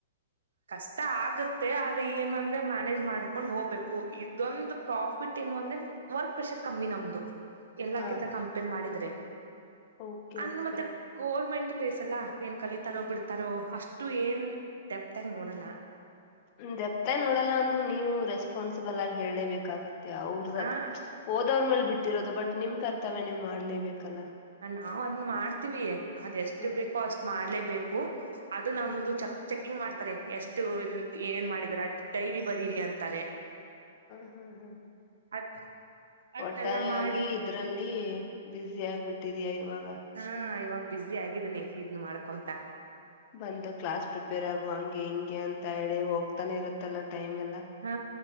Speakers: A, on the right; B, on the left.
A: ಕಷ್ಟ ಆಗತ್ತೆ ಆದ್ರ ಏನ್ ಅಂದ್ರೆ ಮ್ಯಾನೇಜ್ ಮಾಡ್ಕೊಂಡ್ ಹೋಗ್ಬೇಕು ಇದೊಂದು ಪ್ರಾಫಿಟ್ ಏನು ಅಂದ್ರೆ ವರ್ಕ್ ಪ್ರೆಷರ್ ಕಮ್ಮಿ ನಮ್ದು ಎಲ್ಲಾ
B: ಹಾ
A: ಕಿಂತ
B: ಹಾ
A: ಕಂಪೇರ್ ಮಾಡಿದ್ರೆ
B: ಓಕೆ
A: ಅನ್
B: ಓಕೆ
A: ಮತ್ತೆ ಗೋರ್ಮೆಂಟ್ ಬೇಸಲ್ಲ ಏನ್ ಕಲಿತಾರೋ ಬಿಡ್ತಾರೋ ಅಷ್ಟು ಏನ್ ದೆಪ್ತ ಆಗಿ ನೋಡಲ್ಲ
B: ದೆಪ್ತಾಯ ನೋಡಲ್ಲ ಅಂದ್ ನೀವು ರೆಸ್ಪಾನ್ಸಿಬಲ್ ಆಗಿ ಹ ಹೇಳೇಬೇಕಾಗತ್ತೆ ಮ ಅವ್ರದದ
A: ಆ
B: ಓದವ್ರ ಮೇಲ್ ಬಿಟ್ಟಿರೋದು ಬಟ್ ನಿಮ್ ಕರ್ತವ್ಯ ನೀ ಮಾಡ್ಲೇಬೇಕಲ್ಲ
A: ನಾವು ಅದನ್ನ ಮಾಡ್ತೀವಿ ಅದ ಎಷ್ಟು
B: ಹ್ಮ್
A: ಬೇಕೋ ಅಷ್ಟ್ ಮಾಡ್ಲೇಬೇಕು ಅದು ನಮ್ದು
B: ಹ್ಮ್
A: ಚಕ್ ಚೆಕಿಂಗ್ ಮಾಡ್ತ ಎಷ್ಟು ಇದ ಏನ್ ಮಾಡಿದಿದ್ದಾರೆ ಅ ಡೈರಿ ಬರೀರಿ ಅಂತಾರೆ
B: ಹ್ಮ ಹ್ಮ್ ಹ್ಮ್
A: ಅದ್ ಅದನ್ನೆಲ್ಲಾ
B: ಒಟ್ಟಾರೆಯಾಗಿ
A: ಮಾಡಿ
B: ಇದ್ರಲ್ಲಿ ಬಿಸಿ ಆಗ್ಬಟ್ಟಿದ್ಯಾ ಇವಾಗ
A: ಹಾ ಇವಾಗ ಬ್ಯುಝ ಆಗಿದೀನಿ ಇದನ್ನು ಮಾಡ್ಕೊಂತ
B: ಬಂದು ಕ್ಲಾಸ್ ಪ್ರಿಪೇರ್ ಆಗುವ ಹಂಗೆ ಹಿಂಗೆ ಅಂತ ಹೇಳಿ ಹೋಗ್ತಾನೆ ಇರುತ್ತ ಇತ್ತಲ್ಲ ಟೈಮ್ ಇಲ್ಲ
A: ಹಾ